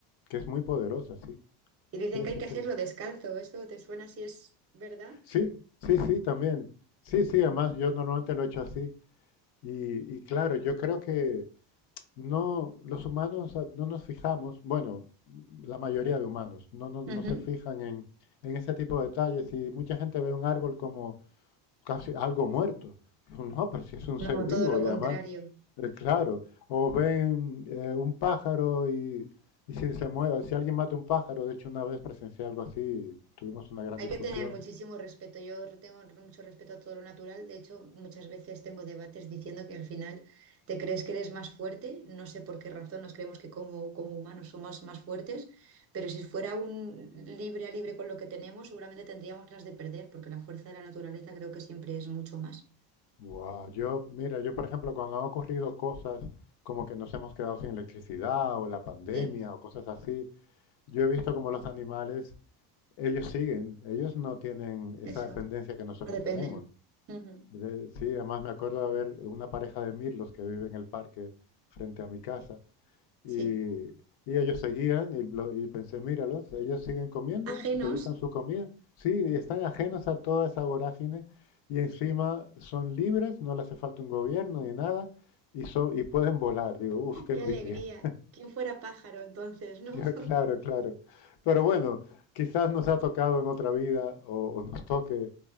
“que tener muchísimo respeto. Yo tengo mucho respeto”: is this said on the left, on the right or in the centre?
Right